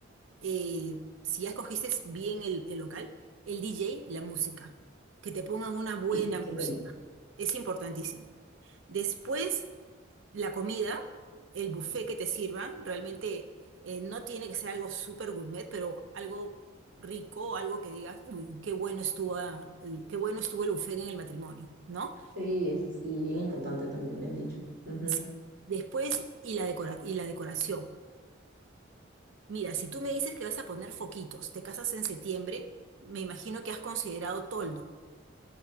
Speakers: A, on the right; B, on the right.
A: eh, si ya escogiste bien el, el local, el DJ, la música, que te pongan una buena
B: Sí, que
A: música,
B: tengo.
A: es importantísimo. Después... la comida, el buffet que te sirvan, realmente eh, no tiene que ser algo súper gourmet, pero algo rico, algo que digas, uy, qué bueno estuvo, ah, el- qué bueno estuvo el buffet en el matrimonio, ¿no?
B: Sí, es sí, bien importante también me han dicho. Ujú.
A: Sí. Después, y la decora- y la decoración. Mira, si tú me dices que vas a poner foquitos, te casas en septiembre, me imagino que has considerado toldo.